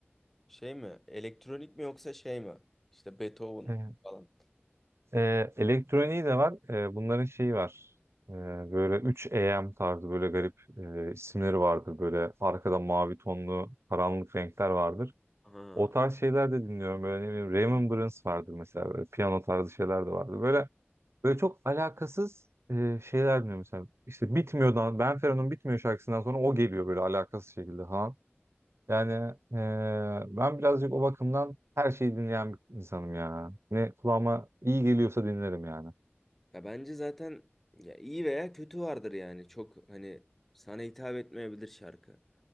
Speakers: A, in the centre; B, on the right.
A: Şey mi? Elektronik mi yoksa şey mi? İşte Beethoven
B: Evet.
A: falan.
B: Ee, elektroniği de var. Ee, bunların şeyi var. Ee, böyle 3AM tarzı böyle garip e, isimleri vardır. Böyle arkada mavi tonlu karanlık renkler vardır.
A: Ha.
B: O tarz şeyler de dinliyorum. Böyle ne bileyim Remembrance vardır mesela. Böyle piyano tarzı şeyler de vardır. Böyle Böyle çok alakasız e, şeyler dinliyorum mesela. İşte Bitmiyor'dan, Ben Benfero'nun Bitmiyor şarkısından sonra o geliyor böyle alakasız şekilde ha. Yani e, ben birazcık o bakımdan her şeyi dinleyen bir insanım ya. Ne kulağıma iyi geliyorsa dinlerim yani.
A: Ya bence zaten ya iyi veya kötü vardır yani. Çok hani sana hitap etmeyebilir şarkı